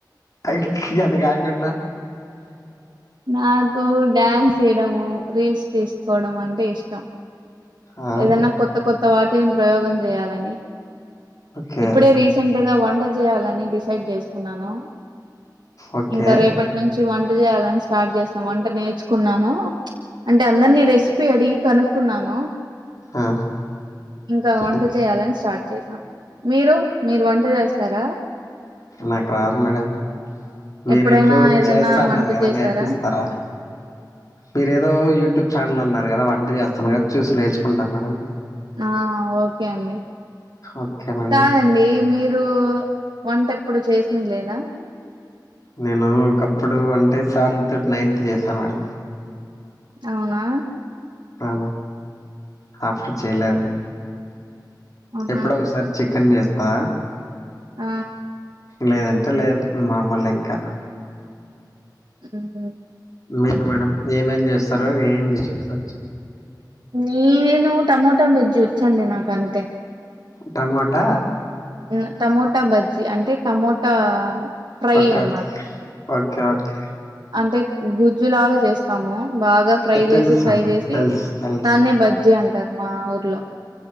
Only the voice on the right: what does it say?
నాకు డ్యాన్స్ చేయడము రీల్స్ తీసుకోవడం అంటే అంటే ఇష్టం
ఏదన్న కొత్త కొత్త వాటికీ ఏం ప్రయోగం చేయాలని
ఇప్పుడే రీసెంట్ గా వన్ ఎలా చేయాలని డిసైడ్ చేసుకున్నాను
ఇంక రేపటి నుంచి వంట వంట చేయాలని స్టార్ట్ చేసినామ్ వంట నేర్చుకున్నాను అంటే అందరిని రెసిపీ అడిగి కనుక్కున్నాను
ఇంకా వంట
చేయాలని స్టార్ట్ చేసా మీరు మీరు వంట చేస్త స్తారా
ఎప్పుడైనా
ఏదైనా
వంట
చేసారా
ఆ ఓకే అండి
కాదండి మీరు మీరు వంట ఎప్పుడు చేసింది లేదా
అవునా
ఆహా
ఆ
హు హు
నేను టమోటా బజ్జి వచ్చండి నాకంతే
ఆహ్ టమోటా బజ్జి అంటే టమోటా ఫ్రై
అనమాట
అంటే గు గుజ్జులాగా చేస్తాము బాగా ఫ్రై
చేసి ఫ్రై చేసి
దాన్నే బజ్జి అంటారు మా ఊర్ హల్లో